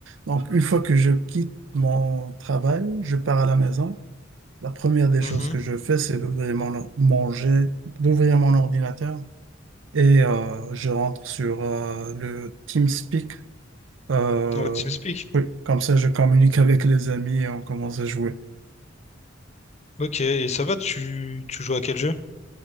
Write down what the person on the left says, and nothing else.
Mhm.
Ouais, TeamSpeak.
Ok, et ça va, tu, tu joues à quel jeu?